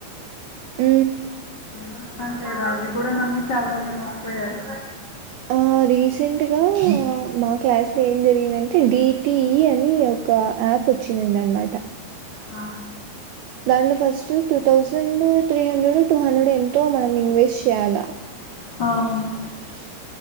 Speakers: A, on the right; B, on the left.
A: హు
B: చూస్తాం కదా అవి కూడా నమ్మి చాలా మంది మోసిపోయారు
A: ఆ రీసెంట్గా మా క్లాస్ లో ఏం జరిగిందంటే డిటిఈ అని ఒక యాప్ వచ్చింది అనమాట
B: ఆ
A: దాంట్లో first two thousand three hundred two hundred ఎంతో మనం ఇన్వెస్ట్ చేయ్యాలా
B: అవున